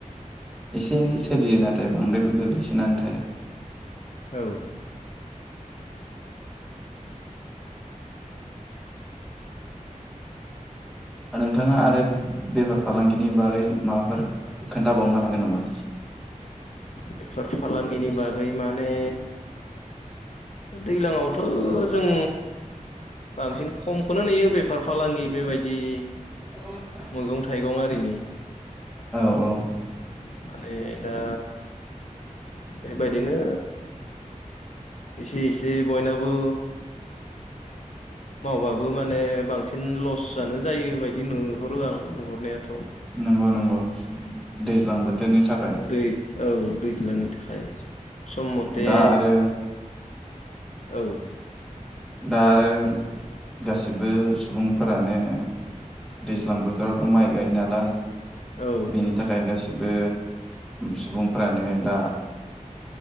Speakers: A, in the centre; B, on the left.
A: एसे एनै सोलियो नाथाय बांद्रायबो गोग्लैसोनानै थाया।
B: औ।
A: ओ नोंथाङा आरो बेफार फालांगिनि बागै माबाफोर खोन्थाबावनो हागोन नामा?
B: बेफार फालांगिनि बागै माने दैज्लांआवथ' जों बांसिन खमखौनो नुयो बेफार फालांगि बेबायदि
A: अ
B: मैगं थाइगं आरिनि
A: औ औ।
B: माने दा बेबायदिनो एसे एसे बयनाबो मावबाबो माने बांसिन लस जानो जायो बायदि नुहरो आं नुहरनायाथ
A: नंगौ नंगौ दैज्लां बोथोरनि थाखाय
B: दै औ दैज्लांनि थाखाय सम मथे
A: दा आरो
B: औ
A: दा आरो गासिबो सुबुंफोरानो दैज्लां बोथोरावथ माइ गायो नालाय
B: औ
A: बेनि थाखाय गासिबो सुबुंफ्रानो दा